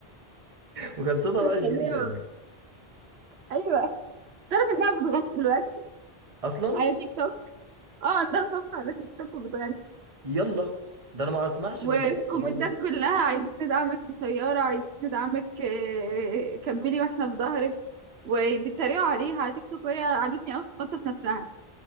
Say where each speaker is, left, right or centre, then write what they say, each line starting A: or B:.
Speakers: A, on the right (about 35°); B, on the right (about 80°).
A: وكان صوتها
B: كانت
A: وحش
B: فظيعه
A: جدا يعني
B: ايوه تعرف انها بتغني دلوقتي
A: أصلا
B: على تيك توك اه عندها صفحه على تيك توك وبتغني
A: يلا ده أنا ما أسمعش
B: والكومنتات
A: بال- بالحوار ده
B: كلها عايزين ندعمك بسيارة عايزين ندعمك آه، كملي واحنا في ظهرك وبيتريقوا عليها على تيك توك وهي عاجبني قوي ثقتها في نفسها